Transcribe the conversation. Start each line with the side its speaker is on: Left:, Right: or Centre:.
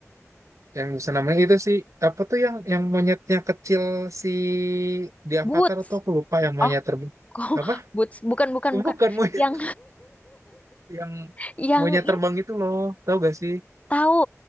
Right: yang senamnya itu sih apa tuh yang yang monyetnya kecil si di Avatar
Left: Boots.
Right: tuh aku lupa yang monyet
Left: Oh, <laughs>
Right: terbang
Left: kok
Right: apa
Left: boots? Bukan, bukan, bukan.
Right: bukan monyet
Left: Yang
Right: yang
Left: yang
Right: monyet terbang itu loh tau gak sih
Left: Tahu